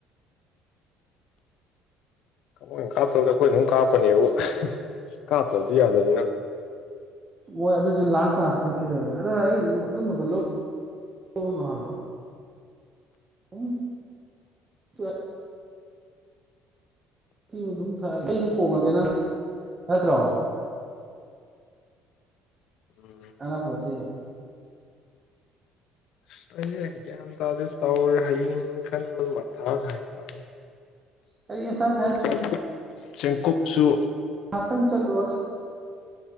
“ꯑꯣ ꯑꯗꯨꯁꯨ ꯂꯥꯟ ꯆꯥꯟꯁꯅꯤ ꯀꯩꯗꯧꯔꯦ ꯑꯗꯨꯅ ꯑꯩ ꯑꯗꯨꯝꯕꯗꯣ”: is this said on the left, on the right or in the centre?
Right